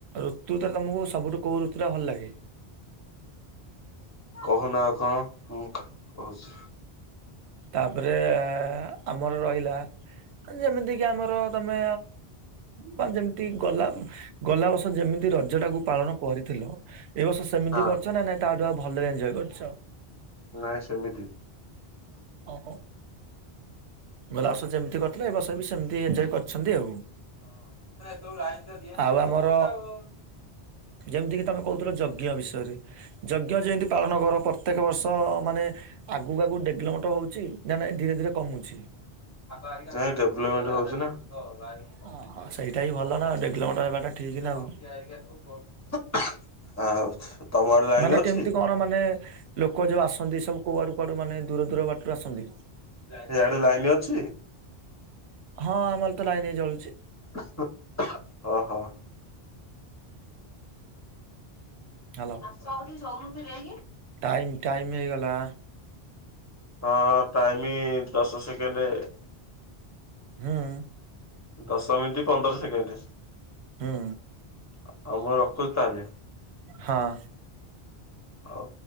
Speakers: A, on the right; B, on the left.
A: ଋତୁଟା ତୁମକୁ ସବୁଠୁ କେଉଁ ଋତୁଟା ଭଲ ଲାଗେ।
B: କହୁ ନା କଣ ମୁଁ କହୁଛି।
A: ତାପରେ ଆମର ରହିଲା। ଯେମିତି କିି ଆମର ତମେ? ମାନ ଯେମିତି ଗଲା ଗଲା ବର୍ଷ ଯେମିତି ରଜ ଟାକୁ ପାଳନ କରିଥିଲ ଏ ବର୍ଷ ସେ। ସେମିତି
B: ହଁ
A: କରିଛ ନା ତା ଠାରୁ ଭଲକି ଏନଜୟ କରିଛ।
B: ନାଇଁ ସେମିତି।
A: ଓହୋ। ଗଲେ ବସ ଯେମିତି କରିଥିଲା ଏ ବର୍ସ ବି ସେମିତି ଏଞଜୟ କରିଛନ୍ତି ଆଉ।
B: ସବୁ ରାଇନ ତ ଦିଅନ୍ତିନ
A: ଆଉ ଆମର
B: ସନ୍ଦ ବୁ ଆଉ।
A: ଯେମିତିକି ତମେ କହୁଥିଲ ଯଜ୍ଞ ବିଷୟରେ। ଯଜ୍ଞ ଯେମିତି ପାଳନ କର ପ୍ରତ୍ୟେକ ବର୍ଷ ମାନେ? ଆଗକୁ ଆଗକୁ ଡେଗଲୋମଟର ହେଉଛି ନା ନାଇଁ ଧୀରେ ଧୀରେ କମୁଛି।
B: ାଇ ଡେଭଲପମେଣ୍ଟ ହଉଛି ନା <inaudible> ହ ଗାଇି କଠ
A: ଓହୋ
B: ଧୁଛି
A: ସେଇଟା ହିଁ ଭଲ
B: ତମେ
A: ନା
B: ସେତେ
A: ଡେଭଲପମେଣ୍ଟ ହେବାଟା ଠିକ ନା ଆଉ
B: ନଖି ଆ ସୁ <inaudible> ଆ ତମ ଆଡେ ଲାଇନ
A: ମାନେ କେମିତି
B: ଅଛି।
A: କଣ ମାନେ ଲୋକ ଯେଉଁ ଆସନ୍ତି ସବୁ କୁଆଡ଼ୁ କୁଆଡ଼ୁ ମାନେ ଦୂର ଦୂର ବାଟରୁ ଆସନ୍ତି।
B: ସେଇଆଡେ ଲାଇନ ଅଛି।
A: ହଁ ଆମର ତ ଲାଇନ ହେଇ ଜଳୁଛି।
B: ହଁ ହଁ।
A: ହ୍ୟାଲୋ।
B: ସବୁଦ ସବୁନୁ ଫରେକି।
A: ଟାଇମ୍ ଟାଇମ୍ ହେଇଗଲା।
B: ହଁ ଟାଇମ ଦଶ ସେକେଣ୍ଡରେ?
A: ହଁ।
B: ଦଶ ମିନିଟ ପନ୍ଦର ସେକେଣ୍ଡ
A: ହୁଁ
B: ଆଉ ମୁଁ ରଖୁଛି ତାହେଲେ।
A: ହଁ।
B: ହଉ।